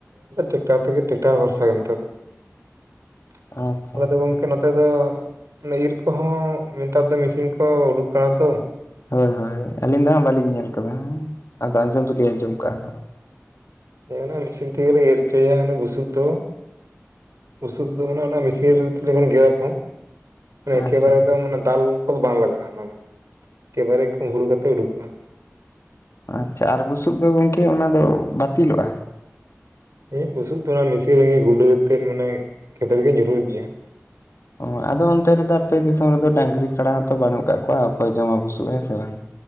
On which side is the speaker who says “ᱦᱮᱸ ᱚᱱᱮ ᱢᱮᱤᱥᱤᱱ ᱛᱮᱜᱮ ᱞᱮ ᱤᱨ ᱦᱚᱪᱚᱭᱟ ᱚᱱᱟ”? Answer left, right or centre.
Right